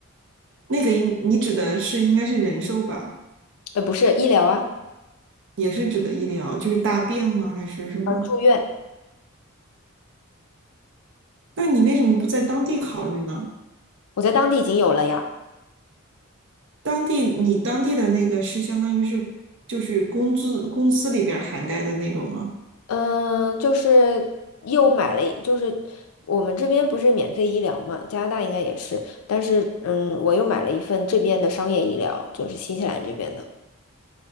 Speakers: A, on the right; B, on the left.
A: 那个应你指的是应该是人寿吧，
B: 呃，不是医疗啊，
A: 也是指的医疗，就是大病吗？还是什么？
B: 呃，住院，
A: 那你为什么不在当地考虑呢？
B: 我在当地已经有了呀。
A: 当地你当地的那个是相当于是就是工资公司里边儿涵盖的那种吗？
B: 嗯，就是又买了一就是我们这边不是免费医疗嘛，加拿大应该也是，但是嗯，我又买了一份这边的商业医疗，就是新西兰这边的。